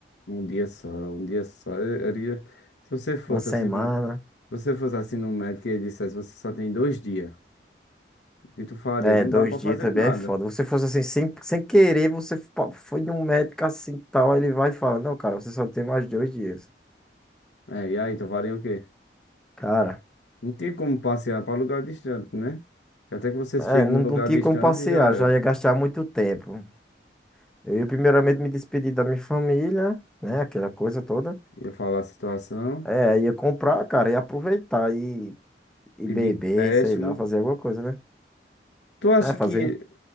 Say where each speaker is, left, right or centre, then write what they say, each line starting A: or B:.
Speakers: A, on the left (about 80°); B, in the centre.
A: Um dia só, um dia só. Eu- eu ia- se você fosse
B: Uma semana,
A: assim, no- se você fosse assim no médico e ele dissesse, você só tem dois dias. O que tu faria?
B: é,
A: Não
B: dois
A: dá pra fazer
B: dias também
A: nada.
B: é foda. Você fosse assim, sem, sem querer, você pa- foi num médico assim tal, aí ele vai e fala: Não, cara, você só tem mais dois dias.
A: É, e aí, tu faria o quê?
B: Cara,
A: Não tem como passear pra lugar distante, né? Até que você chegue
B: é, não,
A: num lugar
B: não tinha
A: distante,
B: como passear,
A: já era.
B: já ia gastar muito tempo. Eu ia primeiramente me despedir da minha família, né? Aquela coisa toda.
A: ia falar a situação,
B: É, ia comprar, cara, ia aproveitar e, e
A: pedir
B: beber,
A: empréstimo.
B: sei lá, fazer alguma coisa, né?
A: Tu acha
B: É, fazer
A: que
B: em,